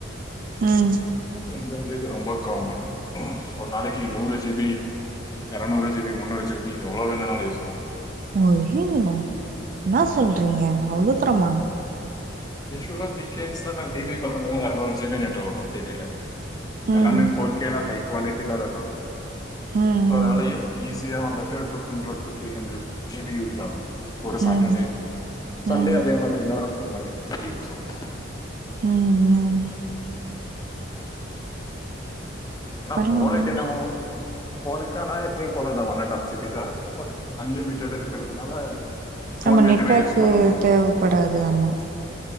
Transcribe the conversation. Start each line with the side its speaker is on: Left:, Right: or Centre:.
Right: ம்
Left: சோ இங்க வந்து இது ரொம்ப காமன் ஒரு நாளைக்கு நூறு ஜி பி எரநூறு ஜி பி முன்னூறு ஜி பி எவ்ளோ வேணுன்னாலும் யூஸ் பண்ணிக்கலாம்
Right: அய்யயோ என்னா சொல்றீங்க அவ்ளோ தரமா
Left: யூஸ்வலா வீக்கென்ஸ்ல நான் டிவி பாத்தன்னா எரநூறு ஜி பி நெட்டு ஓடும் டிவில்ல
Right: ம்
Left: எல்லாமே ஃபோர்க்கேல்லாம் ஹை குவாலிட்டில ரன் ஆகும்
Right: ம் ம்
Left: அதனாலயே ஈஸியா வந்துட்டு two hundred to three hundred G B use ஆகும் ஒரு
Right: ம்
Left: சாட்டர்டே சண்டே
Right: ம்
Left: அதே மாதிரி இன்னொரு டூ ஹண்ட்ரட் ஜி பி யூசாகும்
Right: ம் ம்
Left: ஆனா
Right: பரவால்ல
Left: ஃபோர்ரெட் என்னவோ போனுக்கானா எப்பயும் போல தா one and half G B தா இருக்கும் பட் அன்லிமிட்டேட் இருக்கிறதுனால
Right: நம்ம
Left: ஃபோன் நெட்டுமே
Right: நெட்பேக்கு
Left: யூஸ் பண்ண மாட்டோம்
Right: தேவப்படாது ஆமா